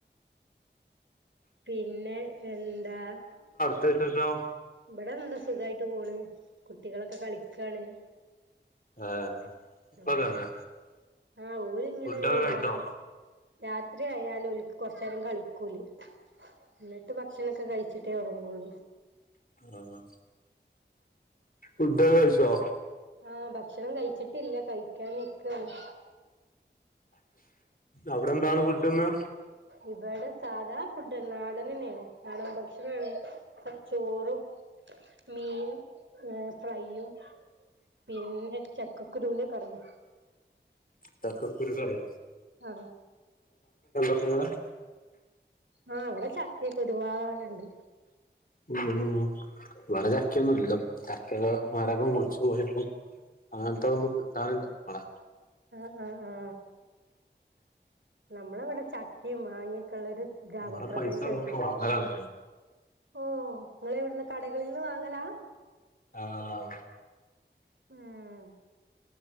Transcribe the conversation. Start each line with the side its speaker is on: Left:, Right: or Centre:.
Right: പിന്നെ എന്താ
Left: ത്തെ വിശേഷോ?
Right: ഇവിടെ എന്താ സുഖായിട്ട് പോണ്. കുട്ടികളൊക്കെ കളിക്കാണ്.
Left: ഏഹ് ഇപ്പൊ
Right: ആഹ്
Left: തന്നെ
Right: ആ ഓര് ഇങ്ങനെ
Left: ഫുഡൊക്കെ
Right: വി
Left: കഴിച്ചോ
Right: രാ രാത്രിയായാല് ഓൽക്ക് കൊറച്ചേരാം കളിക്കോല്. എന്നിട്ട് ഭക്ഷണൊക്കെ കഴി ച്ചിട്ടേ ഉറങ്ങൂള്ളു.
Left: ആഹ് ഫു ഡൊക്കെ കഴിച്ചോ?
Right: ആ ഭ ക്ഷണം കഴിച്ചിട്ടില്ല കഴിക്കാൻ നിക്കാണ്.
Left: അവിടെ എന്താണ് ഫുഡിന്ന്?
Right: ഇവടെ സാധാ ഫുഡ് നാടനന്നെയാണ് നാടൻ ഭക്ഷണാണ്. ചോറും മീൻ ഏ ഫ്രൈയും പിന്നെ ചക്കക്കുരൂന്റെ കറിയും.
Left: ചക്ക കുരുക്കറിയാ?
Right: ആ
Left: ഇപ്പൊ ഇങ്ങളെ
Right: ആ ഇവിടെ ചക്ക്യൊക്കെ ഒരുപാട് ഇണ്ട്
Left: ഉം ഉം ഇവടെ ചക്ക്യൊന്നൂല്ല. ചക്കേടെ മരൊക്കെ മുറിച്ചു പോയപ്പോ അങ്ങനത്തെ ഒന്നും കിട്ടാനില്ല ഇവട
Right: ആ ആ നമ്മളവിടെ ചക്കേം മാങ്ങേ ക്കുള്ളൊരു ഗ്രാമപ്രദേശാണ്.
Left: ഇവിടെ പൈസ കൊടുത്ത് വാങ്ങലാണ്
Right: ഓ ഇങ്ങളെവിടന്ന് കടകളീന്ന് വാങ്ങലാ?
Left: ആഹ്
Right: ഇം